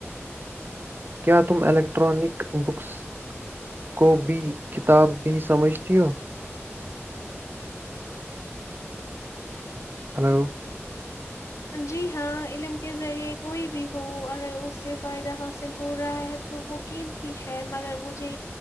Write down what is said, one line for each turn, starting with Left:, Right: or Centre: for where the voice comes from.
Right: کیا تم الیکٹرانک بکس کو بھی کتاب بھی سمجھتی ہو
Left: اچھ
Right: ہلو
Left: جی ہاں علم کے ذریعے کوئی بھی ہو اگر اس سے فائدہ حاصل ہو رہا ہے تو وہ قیمتی ہے مگر مجھے